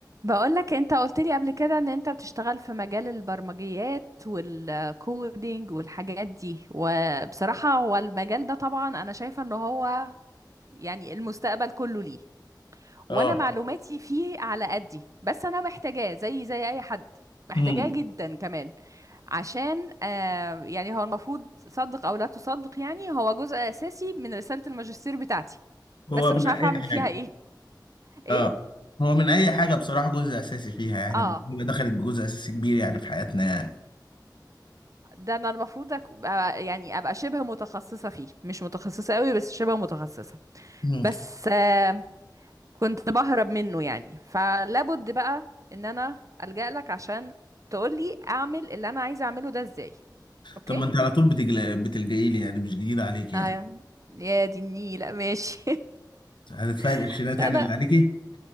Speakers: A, on the right; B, on the left.
A: بقولك انت قلت لي قبل كده ان انت بتشتغل في مجال البرمجيات والكودينج والحاجات دي وبصراحة هو المجال ده طبعا انا شايفة ان هو يعني المستقبل كله ليه وانا
B: اه
A: معلوماتي فيه على قدي بس انا محتاجاه زي زي اي حد محتاجاه
B: امم
A: جدا كمان عشان آه يعني هو المفروض صدق او لا تصدق يعني هو جزء اساسي من رسالة الماجستير بتاعتي
B: هو
A: بس مش
B: من اي
A: عارفة اعمل فيها
B: حاجه
A: ايه ايه
B: اه هو من اي حاجه بصراحه جزء اساسي فيها يعني
A: اه
B: البرمجه دخلت بجزء اساسي كبير يعني في حياتنا يعني
A: ده انا المفروض ابقى يعني ابقى شبه متخصصة فيه مش متخصصة قوي بس شبه متخصصة
B: مم.
A: بس آه، كنت بهرب منه يعني فلابد بقى ان انا ألجأ لك عشان تقولي اعمل اللي انا عايزة اعمله ده ازاي اوكي
B: طب ما انت على طول بتجل... بتلجئي لي يعني مش جديد عليك يعني
A: اه يا يا دي النيلة ماشي
B: هتدفعي القرشينات
A: <laughs> انا
B: يعني اللي عليكي